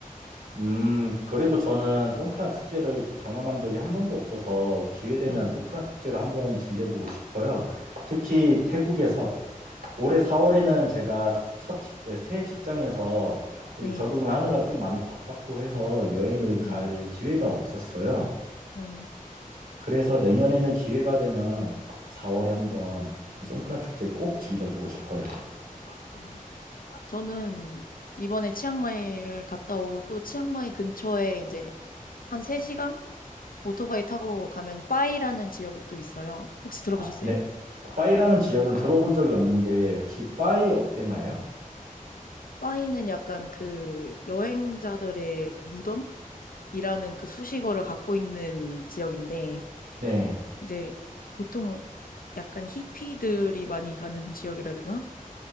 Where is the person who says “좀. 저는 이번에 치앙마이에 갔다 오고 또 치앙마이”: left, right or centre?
Left